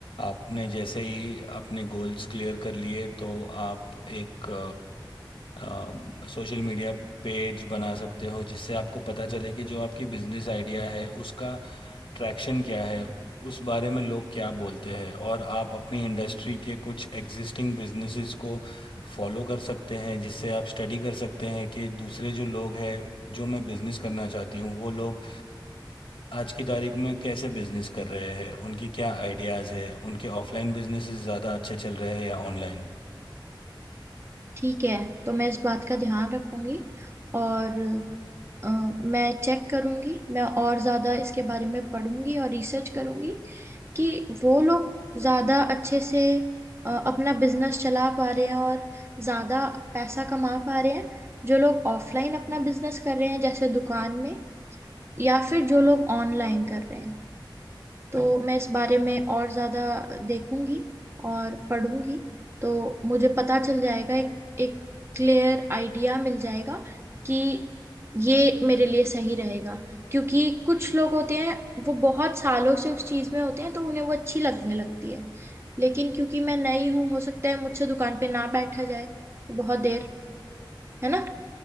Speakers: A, on the left (about 80°); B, on the right (about 30°).
A: आपने जैसे ही अपने गोल्स क्लियर कर लिए तो आप एक सोशल मीडिया पेज बना सकते हो जिससे आपको पता चले कि जो आपकी बिजनेस आइडिया है उसका ट्रैक्शन क्या है उस बारे में लोग क्या बोलते हैं और आप अपनी इंडस्ट्री के कुछ एग्जिस्टिंग बिजनेसेस को फॉलो कर सकते हैं जिससे आप स्टडी कर सकते हैं कि दूसरे जो लोग हैं जो मैं बिजनेस करना चाहती हूँ वो लोग आज की तारीख में कैसे बिजनेस कर रहे हैं उनकी क्या आइडियाज़ है उनके ऑफलाइन बिजनेसेस ज़्यादा अच्छे चल रहे हैं या ऑनलाइन
B: ठीक है तो मैं इस बात का ध्यान रखूंगी और अ, मैं चेक करूंगी मैं और ज़्यादा इसके बारे में पढ़ूंगी और रिसर्च करूंगी कि वो लोग ज़्यादा अच्छे से अ, अपना बिजनेस चला पा रहे हैं और ज़्यादा पैसा कमा पा रहे हैं जो लोग ऑफलाइन अपना बिजनेस कर रहे हैं जैसे दुकान में या फिर जो लोग ऑनलाइन कर रहे हैं तो मैं इस बारे में और ज्यादा देखूंगी और पढ़ूंगी तो मुझे पता चल जाएगा एक एक क्लियर आइडिया मिल जाएगा कि ये मेरे लिए सही रहेगा क्योंकि कुछ लोग होते हैं वो बहुत सालों से उस चीज में होते हैं तो उन्हें वो अच्छी लगने लगती है लेकिन क्योंकि मैं नई हूँ हो सकता है मुझसे दुकान पे ना बैठा जाए बहुत देर है ना